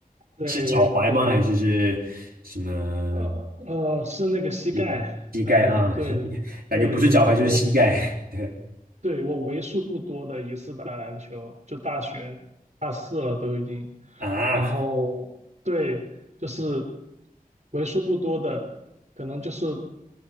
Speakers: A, on the right; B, on the right.
A: 对对，
B: 是脚踝吗？还是是什么
A: 呃呃，是那个膝盖，
B: 膝盖？膝盖啊，
A: 呃，对对，
B: <laughs> 感觉不是脚踝就是膝盖。
A: 我
B: <laughs> 对
A: 对我为数不多的一次打篮球，就大学呃都已经，
B: 啊，
A: 然后对，就是为数不多的，可能就是